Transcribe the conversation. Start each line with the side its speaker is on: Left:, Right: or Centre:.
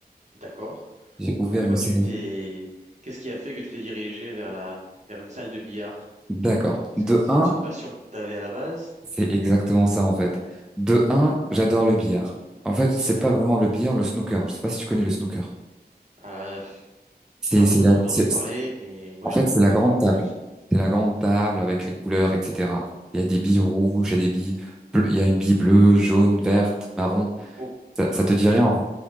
Right: D'accord.
Centre: J'ai ouvert
Right: Pourquoi
Centre: une salle.
Right: tu t'es... Qu'est-ce qui a fait que tu t'es dirigé vers la... vers une salle de billard?
Centre: D'accord.
Right: Est-ce
Centre: De
Right: que c'est
Centre: un,
Right: une passion que tu avais à la base?
Centre: c'est exactement ça en fait. De un, j'adore le billard. En fait, c'est
Right: D'accord.
Centre: pas vraiment le billard, le snooker. Je sais pas si tu connais le snooker.
Right: Euh, pff,
Centre: C'est,
Right: non,
Centre: c'est
Right: j'en
Centre: la,
Right: ai entendu
Centre: c'est-
Right: parler, mais moi,
Centre: en
Right: je
Centre: fait,
Right: n'y
Centre: c'est
Right: connais
Centre: la grande
Right: pas grand-chose.
Centre: table. C'est la grande table avec les couleurs, etc. Il y a des billes rouges, il y a des billes bleues, il y a une bille bleue, jaune, verte, marron.
Right: O-
Centre: Ça, ça te
Right: ok.
Centre: dit rien, en fait.